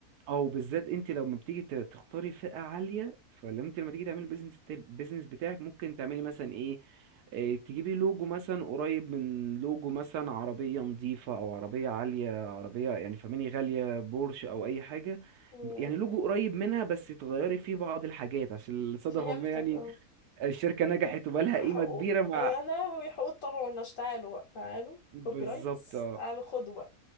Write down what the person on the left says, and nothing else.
مم.
فهمتك
اه
حقوق
يا لهوي حقوق الطبع والنشر تعالوا بقى تعالوا
كوبي رايتس
تعالوا خدوا بقى